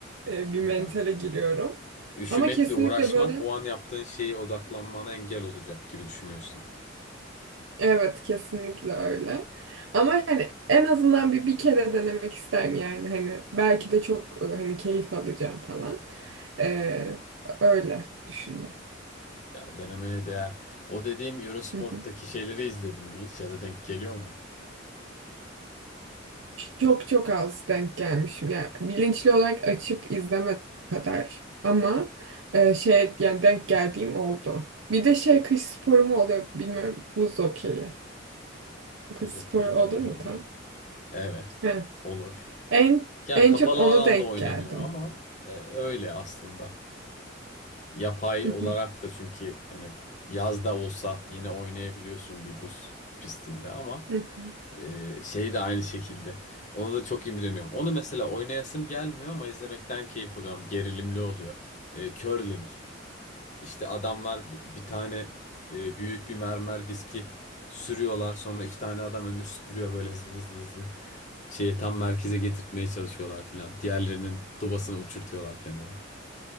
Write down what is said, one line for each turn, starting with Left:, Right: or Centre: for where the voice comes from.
Right: e, bir mentale
Left: aha.
Right: giriyorum.
Left: Üşümekle
Right: Ama kesinlikle
Left: uğraşmak
Right: böyle
Left: o an yaptığın şeye odaklanmana engel olacak gibi düşünüyorsun.
Right: evet kesinlikle öyle. Ama hani en azından bir bir kere denemek isterim yani hani belki de çok e, hani keyif alacağım falan. E, öyle düşündüm.
Left: Ya denemeye değer. O dediğim Eurosport'taki
Right: <laughs>
Left: şeyleri izledin mi hiç ya da denk geliyor mu?
Right: Çok çok az denk gelmişim. Yani bilinçli olarak açıp izleme kadar. Ama e, şey yani denk geldiğim oldu. Bir de şey kış sporu mu oluyor bilmiyorum. Buz hokeyi. Kış
Left: Buz
Right: sporu
Left: hokeyi de
Right: olur
Left: öyle
Right: mu
Left: oluyor.
Right: tam?
Left: Evet.
Right: He.
Left: Olur.
Right: En
Left: Ya
Right: en
Left: kapalı
Right: çok onu
Left: alanda
Right: denk
Left: oynanıyor
Right: geldim.
Left: ama e, öyle aslında. Yapay
Right: Hı
Left: olarak
Right: hı,
Left: da çünkü hani yazda olsa yine oynayabiliyorsun bir buz pistinde ama
Right: hı hı.
Left: e, şey de aynı şekilde. Ona da çok imreniyorum. Onu mesela oynayasım gelmiyor ama izlemekten keyif alıyorum. Gerilimli oluyor. E, curling. İşte adamlar bi- bir, tane e, büyük bir mermer diski sürüyorlar. Sonra iki tane adam önünde süpürüyor böyle hızlı hızlı hızlı şeyi tam merkeze getirtmeye çalışıyorlar filan. Diğerlerinin dobasını uçurtuyorlar kenara.